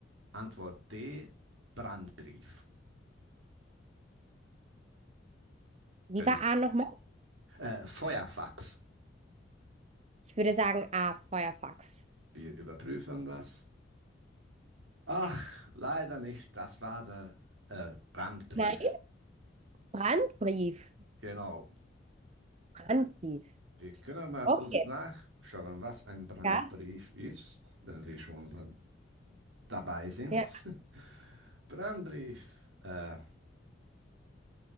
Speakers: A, on the right (about 80°); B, on the right (about 35°).
A: Antwort D, Brandbrief.
B: Wie
A: Äh,
B: war A nochmal?
A: äh, Feuerfax.
B: Ich würde sagen A. Feuerfax.
A: Wir überprüfen das. Ach, leider nicht. Das war der äh, Brandbrief.
B: Nein. Brandbrief.
A: Genau.
B: Brandbrief.
A: Wir können mal
B: Okay.
A: kurz nachschauen, was ein Brandbrief
B: Ja.
A: ist, wenn wir schon so dabei sind.
B: Ja.
A: <laughs> Brandbrief. Äh,